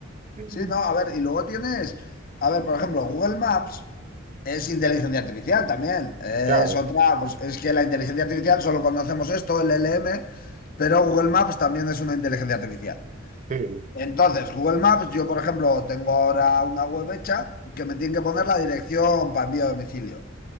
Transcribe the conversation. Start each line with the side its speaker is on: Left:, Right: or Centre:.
Right: <laughs>
Left: Sí, no, a ver, y luego tienes, a ver, por ejemplo, Google Maps es inteligencia artificial también. Es
Right: Claro,
Left: otra, pues es que la inteligencia artificial solo conocemos esto, el L M pero Google Maps también es una inteligencia artificial.
Right: sí,
Left: Entonces, Google Maps, yo por ejemplo, tengo ahora una web hecha que me tiene que poner la dirección para envío a domicilio.